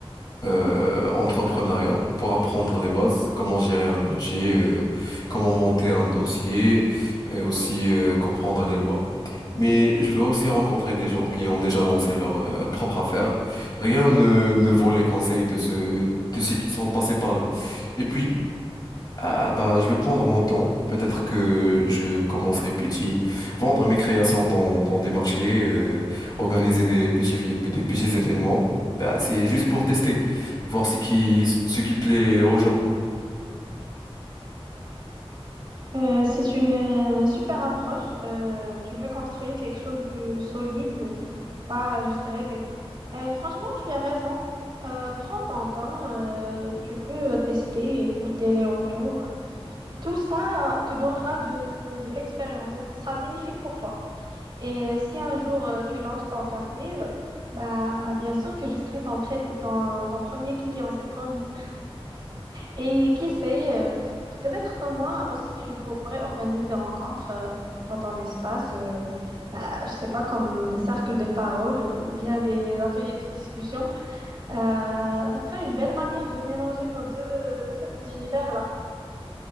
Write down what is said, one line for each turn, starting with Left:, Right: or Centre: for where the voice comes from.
Left: euh, entrepreneuriat pour apprendre les bases, comment gérer un budget, euh, comment monter un dossier et aussi euh, comprendre les lois. Mais je veux aussi rencontrer des gens qui ont déjà lancé leur euh, propre affaire. Rien ne, ne vaut les conseils de ceux, de ceux qui sont passés par là. Et puis, ah bah je vais prendre mon temps. Peut-être que je commencerai petit, vendre mes créations dans, dans des marchés, euh, organiser des petits des petits événements. Bah c'est juste pour tester, voir ce qui ce qui plaît aux gens.
Right: Euh, c'est une euh, super approche. Euh, tu veux construire quelque chose de solide, euh, pas juste rêver. Euh, franchement, tu as raison. Euh, prends ton temps. euh, tu peux tester, écouter les retours. Tout ça te donnera de, de l'expérience et ça sera bénéfique pour toi. Et si un jour euh, tu lances ton café, euh, bah bien sûr que je serai ton, pré- ton- ton premier client, c'est promis. Et qui sait, euh, peut-être que moi aussi je pourrais organiser des rencontres euh, dans ton espace, euh, bah, je sais pas, comme des cercles de parole euh, ou bien des ateliers de discussion. Euh, ça serait une belle manière de mélanger nos deux euh, <laughs> univers là.